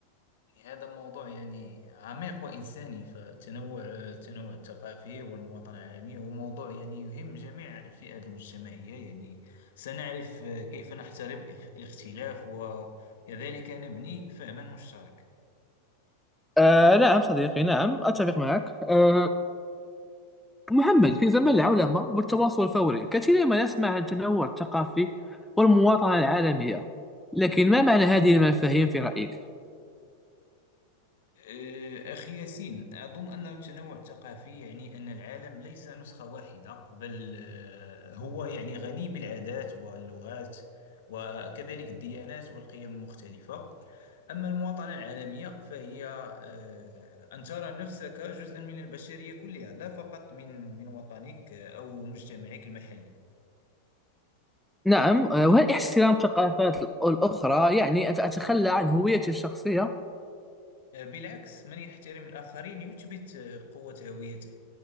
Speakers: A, on the left; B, in the centre.
A: يعني هذا موضوع يعني عميق وإنساني فالتنوع التنوع الثقافي والمواطنة العالمية هو موضوع يعني يهم جميع الفئات المجتمعية يعني سنعرف كيف نحترم الاخ- الاختلاف وكذلك نبني فهما مشترك
B: آه نعم صديقي نعم أتفق معك آه محمد في زمن العولمة والتواصل الفوري كثيرا ما نسمع عن التنوع الثقافي والمواطنة العالمية لكن ما معنى هذه المفاهيم في رأيك؟
A: أه، أخي ياسين أظن أن التنوع الثقافي يعني أن العالم ليس نسخة واحدة بل آه، هو يعني غني بالعادات واللغات وكذلك الديانات والقيم المختلفة أما المواطنة العالمية فهي آه، أن ترى نفسك جزءا من البشرية كلها لا فقط من من وطنك أو مجتمعك المحلي
B: نعم آه، وهل احترام الثقافات الأخرى يعني أن أتخلى عن هويتي الشخصية
A: آه، بالعكس من يحترم الآخرين يثبت آه، قوة هويته